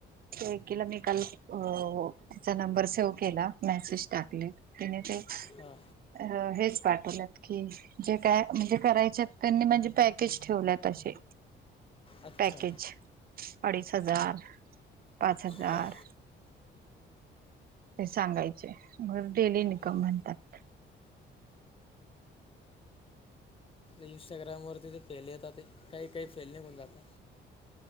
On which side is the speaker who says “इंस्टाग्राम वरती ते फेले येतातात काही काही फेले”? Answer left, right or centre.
Left